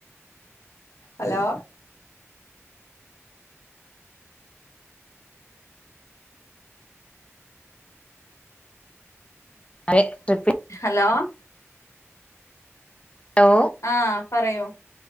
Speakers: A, on the left; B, on the left.
A: ഹലോ
B: അതെ ടേപ്പ്
A: ഹലോ
B: ഹലോ
A: ആ പറയു